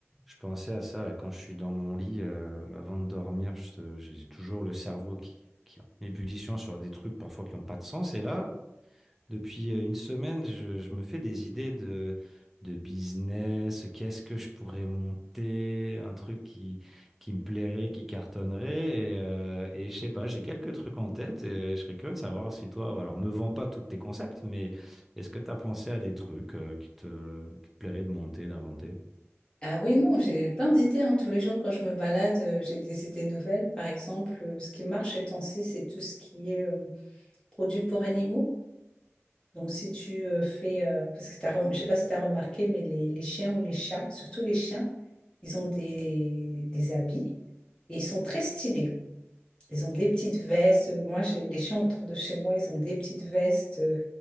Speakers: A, in the centre; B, on the left.
A: Je pensais à ça là, quand je suis dans mon lit euh, avant de dormir, je- te- j'ai toujours le cerveau qui, qui est en ébullition sur des trucs parfois qui n'ont pas de sens. Et là, depuis euh, une semaine, je, je me fais des idées de, de business, qu'est-ce que je pourrais monter, un truc qui, qui me plairait, qui cartonnerait. Et, euh, et je sais pas, j'ai quelques trucs en tête et je serais curieux de savoir si toi, bah, alors me vends pas tous tes concepts, mais est-ce que tu as pensé à des trucs euh, qui te, qui te plairaient de monter, d'inventer?
B: Ah oui, non, j'ai plein d'idées. hein. Tous les jours, quand je me balade, euh, j'ai des idées nouvelles. Par exemple, euh, ce qui marche ces temps-ci, c'est tout ce qui est euh, produits pour animaux. Donc, si tu euh, fais, euh, parce que t'as rem- je sais pas si tu as remarqué, mais les, les chiens ou les chats, surtout les chiens, ils ont des, des habits et ils sont très stylés. Ils ont des petites vestes. Moi, j'ai les chiens autour de chez moi, ils ont des petites vestes euh,